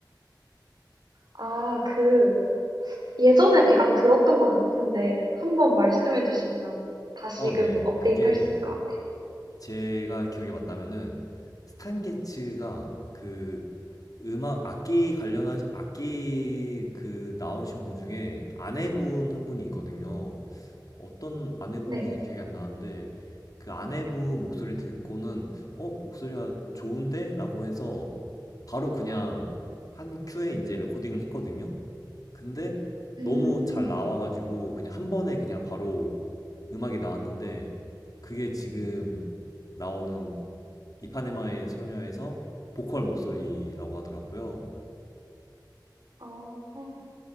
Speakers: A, on the right (about 65°); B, on the left (about 50°).
A: 아, 그 예전에 대강 들었던 것 같은데 한번 말씀해 주시면 다시금
B: 어, 네.
A: 업데이트
B: 그게
A: 할 수 있을 것 같아요.
B: 제가 기억에 맞다면은 스탄 게츠가 그 음악 악기 관련한 악기 그 나오신 분 중에 아내분 한 분이 있거든요. 어떤 아내분인지
A: 네,
B: 기억이 안 나는데 그 아내분 목소리 듣고는 어 목소리가 좋은데? 라고 해서 바로 그냥 한 큐에 이제 레코딩을 했거든요. 근데
A: 음,
B: 너무 잘 나와가지고 그냥 한 번에 그냥 바로 음악이 나왔는데 그게 지금 나오는 이파네마의 소녀에서 보컬 목소리라고 하더라고요.
A: 어,